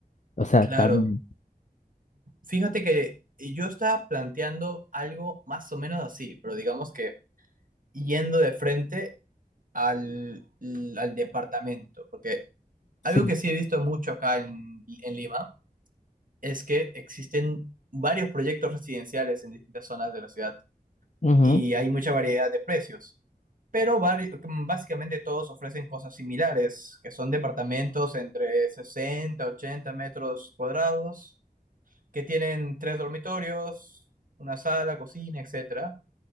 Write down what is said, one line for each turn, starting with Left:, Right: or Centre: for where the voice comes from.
Left: O sea,
Right: claro.
Left: también,
Right: Fíjate que eh, yo estaba planteando algo más o menos así, pero digamos que yendo de frente al, al departamento, porque
Left: sí.
Right: algo que sí he visto mucho acá en, en Lima es que existen varios proyectos residenciales en distintas zonas de la ciudad
Left: Ujú,
Right: y hay mucha variedad de precios, pero vari- mm, básicamente todos ofrecen cosas similares, que son departamentos entre 60, 80 metros cuadrados que tienen tres dormitorios, una sala, cocina, etcétera.